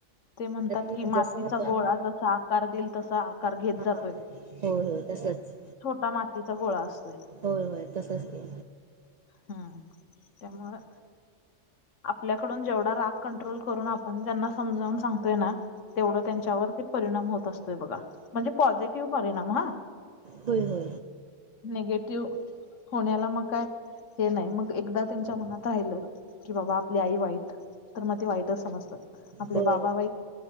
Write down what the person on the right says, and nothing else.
ना
जसं आपण
हा
हा होय होय तसच
होय होय तसच ते
होय हो
होय